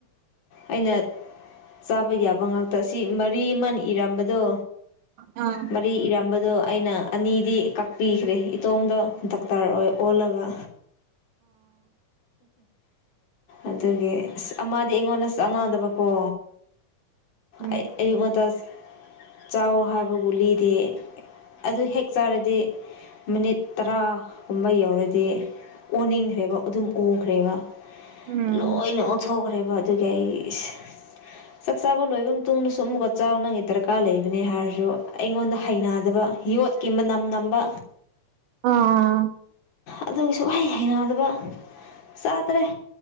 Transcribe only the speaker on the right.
ꯑ
ꯎꯝ
ꯎꯝ
ꯑꯣ